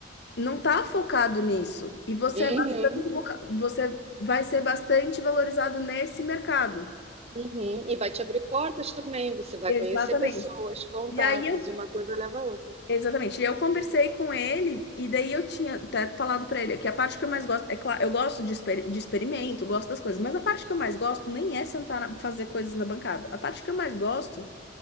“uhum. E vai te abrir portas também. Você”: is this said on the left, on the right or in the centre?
Right